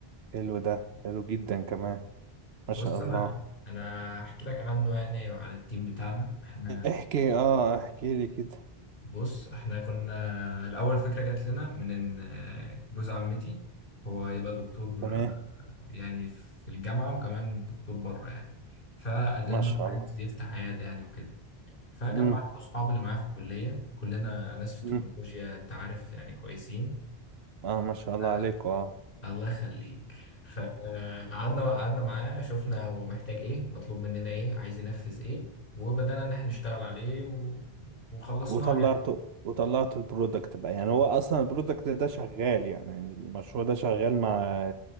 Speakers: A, on the right; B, on the left.
A: حلو ده حلو جدا كمان ما
B: بص
A: شاء الله
B: انا انا احكي لك عنه يعني وعلى التيم بتاعنا احنا
A: احكي اه احكي لي كده
B: بص احنا كنا الاول فكره جات لنا من ان آه، جوز عمتي هو يبقى دكتور
A: تمام
B: آه، يعني في الجامعه وكمان دكتور بره يعني فقال لنا
A: ما
B: انه
A: شاء
B: عايز
A: الله
B: يفتح عياده يعني وكده فجمعت
A: امم
B: له اصحابي اللي معاه في الكليه كلنا ناس في التكنولوجيا
A: امم
B: انت عارف يعني كويسين
A: اه ما شاء الله
B: آه،
A: عليكم اه
B: الله يخليك فقعدنا قعدنا معاه شفنا هو محتاج ايه مطلوب مننا ايه عايز ينفذ ايه وبدأنا ان احنا نشتغل عليه و... وخلصناه
A: وطلعته
B: يعني
A: وطلعت البرودكت بقى يعني هو اصلا البرودكت ده شغال يعني المشروع ده شغال مع